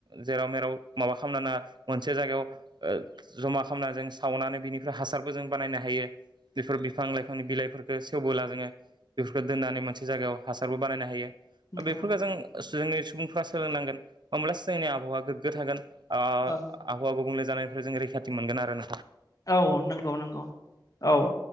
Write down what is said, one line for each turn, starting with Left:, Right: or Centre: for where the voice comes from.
Right: जेराव मेराव माबा खामनो नाङा मोनसे जायगायाव ओ ज'मा खामना जों सावनानै बिनिफ्राय हासारबो जों बानायनो हायो। बेफोर बिफां लाइफांनि बिलाइफोरखो सेवबोला जोङो बेफोरखो दोननानै मोनसे जायगायाव हासारबो बानायनो हायो। ओ
Left: नंगौ
Right: बेफोरखो जों जोंनि सुबुंफ्रा सोलोंनांगोन होब्लासो जोंनि आबहावा गोग्गो थागोन। ओ
Left: औ
Right: आबहावा गुबुंले जानायनिफ्राय जों रैखाथि मोनगोन आरो नों
Left: औ नंगौ नंगौ औ।